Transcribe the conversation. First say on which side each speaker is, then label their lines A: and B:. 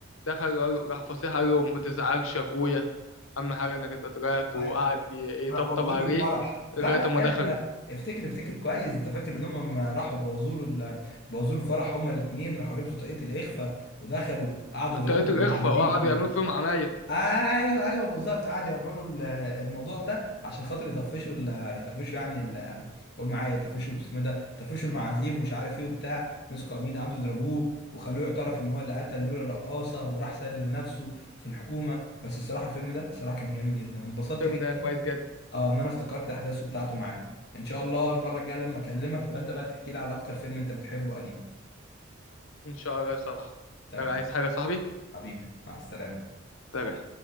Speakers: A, on the left; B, on the left.
A: دخل قال- راح فصيح قال له ما تزعلش يا اخويا اهم حاجه انك انت طلعت
B: ايوه
A: وقعد ي- يطبطب
B: راح بوظوا
A: عليه
B: له الفرح لا
A: لغايه
B: لا
A: ما
B: يا
A: دخلوا
B: ابني افتكر افتكر كويس انت فاكر ان هم لما راحوا بوظوا له ال- بوظوا له الفرح هما الاثنين راحوا لبسوا طاقية الاخفاء ودخلوا قعدوا يضربوا
A: طريقه
B: في
A: الاخفاء
B: المعازيم
A: وقعدوا يعملوا فيهم عناية
B: ايوه ايوه بالظبط قعدوا يعملوا ال- الموضوع ده عشان خاطر يطفشوا ال- يطفشوا يعني ال- قول معايا يطفشوا اسمه إيه ده يطفشوا المعازيم ومش عارف ايه وبتاع مسكوا امين عنده ضربوه وخلوه يعترف ان هو اللي قتل لولا الرقاصه وراح سلم نفسه في الحكومه بس الصراحه الفيلم ده صراحه كان جميل جدا انبسطت
A: الفيلم
B: جدا
A: ده كويس جدا
B: اه ان انا افتكرت احداثه بتاعته معاه ان شاء الله المره الجايه لما اكلمك تبقى انت بقى تحكي لي على اكتر فيلم انت بتحبه قديم
A: ان شاء الله يا صاحبي
B: تمام
A: لو عايز حاجه يا صاحبي
B: حبيبي مع السلامه
A: سلام